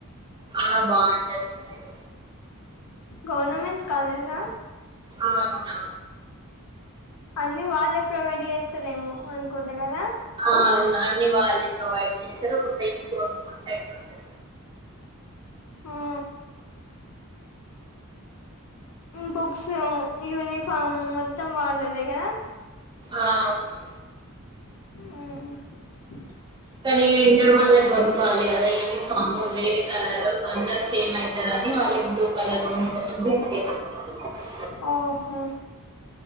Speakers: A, on the right; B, on the left.
A: ఆ బాగుంటది స్టడీ
B: గవర్నమెంట్ కాలేజా
A: ఆ అవునవును.
B: అన్ని వాళ్ళే ప్రొవైడ్ చేస్తరేమో అనుకుంటా కదా
A: ఆ అవును అన్ని వాళ్ళే ప్రొవైడ్ చేస్తారు ఒక పెన్స్ కొనుక్కుంటే అయిపోతది.
B: ఆ బుక్స్, యూనిఫాం మొత్తం వాళ్ళదే కదా
A: ఆ అవును
B: మ్
A: కనీ ఇంటర్ వాళ్ళక్ కోవాలి కదా యూనిఫాం వేరే కలర్ అందరు సేమ్ అయితరని వాళ్ళకి బ్లూ కలర్ కనుక్కోమన్ <unintelligible>
B: ఓహో